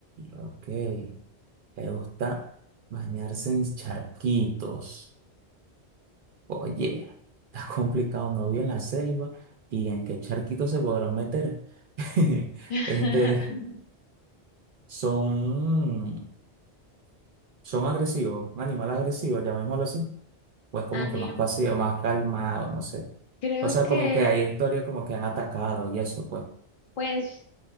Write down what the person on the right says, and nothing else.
ok, le gusta bañarse en charquitos. Oye, está complicado, no vi en la selva y en qué charquito se podrán meter. <laughs>
Este, son, son agresivos, un animal agresivo, llamémoslo así. Pues como
que más pasivo, más calmado, no sé.
O sea,
como que hay historias como que han atacado y eso, pues.